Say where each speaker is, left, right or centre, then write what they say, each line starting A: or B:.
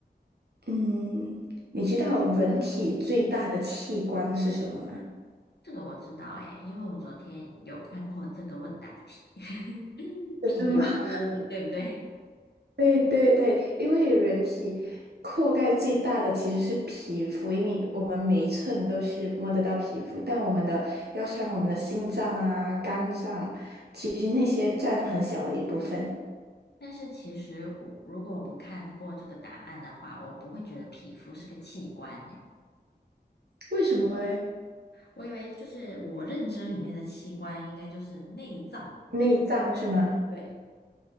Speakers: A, on the right; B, on the left.
A: 嗯，你知道人体最大的器官是什么吗？
B: 这个我知道诶，因为我昨天有看过这个问答题。<laughs>
A: 真的吗？
B: 皮肤，对不对？
A: 对对对，因为人体覆盖最大的其实是皮肤，因为我们每一寸都是摸得到皮肤，但我们的要像我们的心脏啊、肝脏，其实那些占很小的一部分。
B: 但是其实我如果我不看过这个答案的话，我不会觉得皮肤是个器官呢。
A: 为什么嘞？
B: 我以为就是我认知里面的器官应该就是内脏。
A: 内脏是吗？
B: 对，